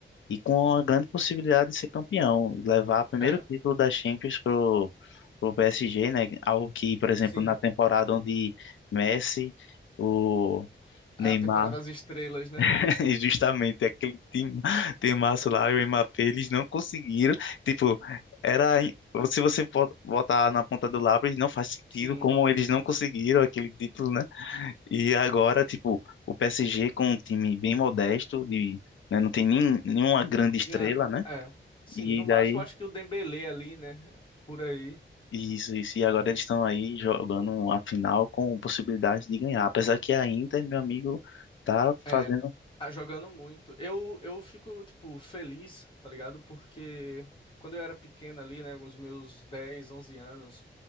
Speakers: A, on the left; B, on the left.
A: e com a grande possibilidade de ser campeão, levar o primeiro
B: é.
A: título da Champions pro pro PSG, né? Algo que, por exemplo,
B: Sim.
A: na temporada onde Messi, o
B: A
A: Neymar
B: temporada das estrelas, né?
A: <laughs> E Justamente aquele time, timaço lá, o Mbappé, eles não conseguiram. Tipo, era. Se você for botar na ponta do lápis, não faz sentido
B: Sim.
A: como eles não conseguiram aquele título, né? E agora, tipo, o PSG com um time bem modesto, de, né, não tem nem, nenhuma grande estrela,
B: É.
A: né?
B: é. Sim,
A: E
B: no máximo
A: daí.
B: acho que o Dembélé ali, né? Por aí.
A: Isso, isso, e agora eles estão aí jogando a final com possibilidade de ganhar. Apesar que a Inter, meu amigo, tá
B: É,
A: fazendo.
B: tá jogando muito. Eu, eu fico, tipo, feliz, tá ligado? Porque quando eu era pequeno ali, né, com os meus 10, 11 anos,